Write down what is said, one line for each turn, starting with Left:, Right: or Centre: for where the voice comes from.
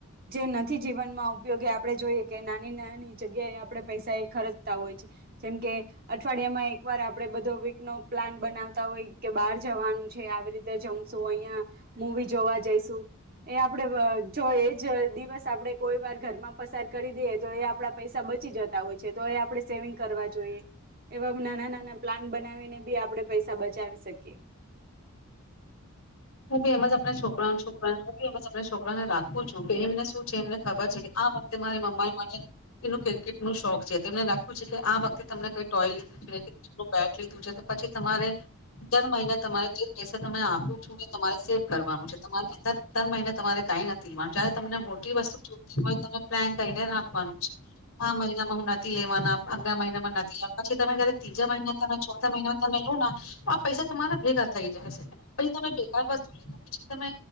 Right: જે નથી જીવનમાં ઉપયોગી આપ આપણે જોઈએ કે નાની નાની જગ્યાએ આપણે પૈસા એ ખર્ચતા હોય છે જેમકે અઠવાડિયામાં એક વાર આપડે બધો નો પ્લાન બનાવતા હોય કે બહાર જવાનું છે આવી રીતે જમશું અહિયાં મૂવી જોવા જઈશું એ આપડે જો એ જ દિવસ આપણે કોઈ વાર ઘરમાં પસાર કરી દઈએ તો એ આપણા પૈસા બચી જતા હોય છે તો એ આપણે સેવિંગ કરવા એવા નાના નાના પ્લાન બનાવીને બી આપણે પૈસા બચાવી શકીએ
Left: હું બે એમજ આપણા છોકરાઓ છોકરાઓ ને છોકરાને રાખવું છું કે એમને શું છે એમને ખબર છે કે આ વખતે મારી મમ્મા એ મને એનું ક્રિકેટ ન શોખ છે એમને રાખ્યું છે કે આ વખતે તમને કઈ ટોય લીધું છે્રિકેટ નું બેટ લીધું છે તો પછી તમારે દર મહિના તમારે જે પૈસા તમે આપો ું તમારે સેવ કરવાનું છે તમારે દર મહિને તમારે કઈ નથી તમને મોટી વસ્તુ જોતી હોય તમે પ્લાન કરીને રાખવાનું છે આ મહિનામાં હું નથી લેવાના અગ મહિનામાં નથી લેવાના પછી તમે જ મહિના તમે ચોથા મહિના તમે લો ના પૈસા તમારા ભેગા થઈ જાય છે પસા તમે બેકાર વસ્તુ લીધા પછી તમે